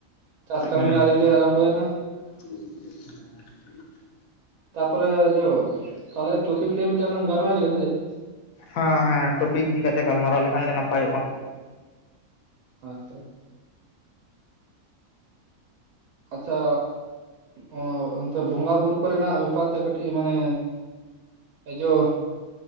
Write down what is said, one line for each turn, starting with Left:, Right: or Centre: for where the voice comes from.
Right: ᱪᱟᱥ ᱠᱟᱹᱢᱤ
Left: ᱦᱮᱸ
Right: ᱟᱹᱣᱨᱤ ᱞᱮ ᱟᱨᱟᱢᱵᱚᱭᱟ ᱱᱟᱦᱟᱜ᱾
Left: <unintelligible>
Right: ᱛᱟᱯᱚᱨᱮ ᱡᱚ, ᱛᱟᱦᱞᱮ ᱴᱚᱯᱤᱠ ᱞᱤᱭᱮ ᱢᱤᱫᱴᱟᱝ ᱞᱟᱝ ᱜᱟᱨᱢᱟᱭ ᱞᱮᱜᱮ ᱥᱮ ᱪᱮᱫ?
Left: ᱦᱮᱸ ᱦᱮᱸ ᱴᱚᱯᱤᱠ ᱤᱫᱤ ᱠᱟᱛᱮ ᱜᱟᱞᱢᱟᱨᱟᱣ ᱞᱮᱠᱷᱟᱱ ᱜᱮ ᱱᱟᱯᱟᱭᱚᱜ-ᱟ᱾
Right: ᱟᱪᱪᱷᱟ, ᱟᱪᱪᱷᱟ ᱚ, ᱚᱱᱛᱮ ᱵᱚᱸᱜᱟ ᱵᱩᱨᱩ ᱠᱚᱨᱮᱱᱟᱜ ᱵᱮᱯᱟᱨ ᱛᱮ ᱠᱟᱹᱴᱤᱡ ᱢᱟᱱᱮ ᱟ ᱡᱚ